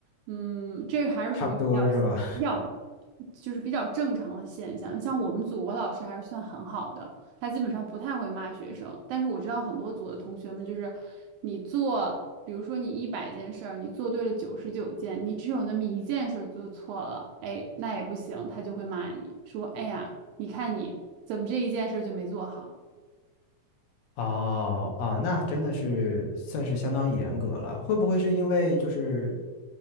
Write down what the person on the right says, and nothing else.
嗯，这还是属于比较
比较，就是比较正常的现象。像我们组，我老师还是算很好的，他基本上不太会骂学生。但是我知道很多组的同学们，就是你做，比如说你一百件事儿，你做对了九十九件，你只有那么一件事儿做错了，哎，那也不行，他就会骂你说，哎呀，你看你怎么这一件事儿就没做好。